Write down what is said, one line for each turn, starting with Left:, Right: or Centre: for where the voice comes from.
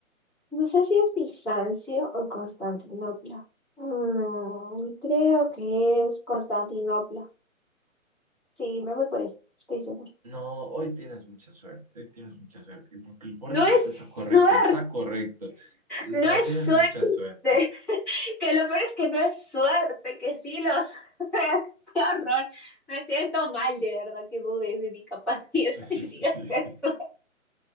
Centre: no sé si es Bizancio o Constantinopla. Mm, creo que es Constantinopla. Sí, me voy por eso, estoy segura.
Right: No, hoy tienes mucha suerte, hoy tienes mucha suerte. Y Porque el pobre
Centre: No
Right: es que
Centre: es
Right: es que está correcto,
Centre: suerte.
Right: está correcto. No,
Centre: No es
Right: tienes
Centre: suerte,
Right: mucha suerte.
Centre: <laughs> que lo peor es que no es suerte, que sí los... <laughs> ¡Qué horror! Me siento mal, de verdad, que dudes de mi capacidad
Right: <laughs>
Centre: <laughs> y digas que es suerte.